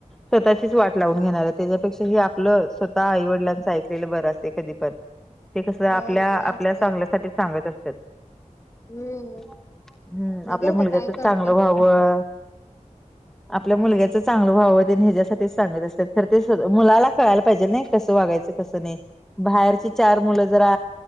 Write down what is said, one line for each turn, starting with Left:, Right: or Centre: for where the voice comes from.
Centre: स्वतःचीच वाट लावून घेणार आहे त्याच्यापेक्षा ह आपलं स्वतः आईवडिलांचं ऐकलेलं बर असते कधीपण.
Left: <inaudible>
Centre: ते कस
Left: होय
Centre: आपल्या
Left: ते
Centre: आपल्या
Left: असतेच
Centre: चांगल्यासाठी सांगत असतात.
Left: हम्म
Centre: हम्म
Left: बघू
Centre: आपल्या
Left: आता
Centre: मुलग्याचं
Left: काय करतोय
Centre: चांगलं व्हावं.
Left: <inaudible>
Centre: आपल्या मुलग्याचं चांगल भाव देन ह्याच्यासाठीच सांगत असतात खर ते मुला कळायला पाहिजे नाही कसं वागायचं. कस नाही. बाहेरची चार मुलं जरा